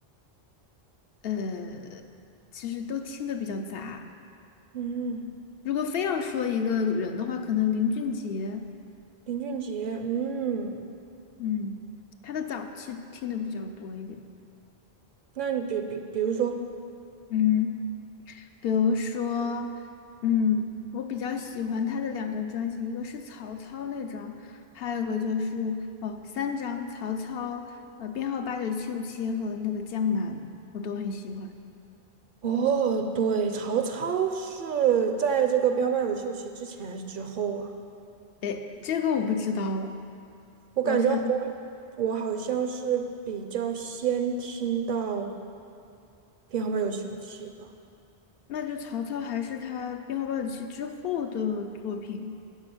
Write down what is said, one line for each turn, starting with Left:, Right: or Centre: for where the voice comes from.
Left: 呃，其实都听的比较杂。
Right: 嗯，
Left: 如果非要说一个人的话，可能林俊杰，
Right: 林俊杰，嗯，
Left: 嗯，他的早期听的比较多一点。
Right: 那你比比比如说，
Left: 嗯。比如说，嗯，我比较喜欢他的两张专辑，一个是曹操那张，还有一个就是哦，三张曹操，呃，编号八九七五七和那个江南，我都很喜欢。
Right: 哦，对，曹操是在这个《编号八九七五七》之前还是之后啊？
Left: 诶，这个我不知道了，
Right: 我感觉好像我好像是比较先听到
Left: 我想
Right: 《编号八九七五七》吧。
Left: 那就曹操还是他编号八九七之后的作品，